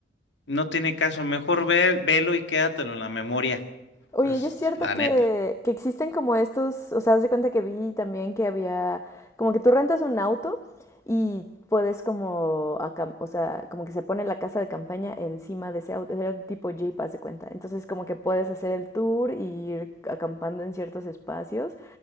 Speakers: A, on the left (about 80°); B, on the left (about 15°).
A: no tiene caso, mejor ve, velo y quédatelo en la memoria,
B: Oye,
A: o sea, es
B: y es cierto
A: la
B: que,
A: neta.
B: que existen como estos, o sea, haz de cuenta que vi también que había, como que tú rentas un auto y puedes como, acam- o sea, como que se pone la casa de campaña encima de ese auto, era tipo Jeep, haz de cuenta. Entonces como que puedes hacer el tour y ir acampando en ciertos espacios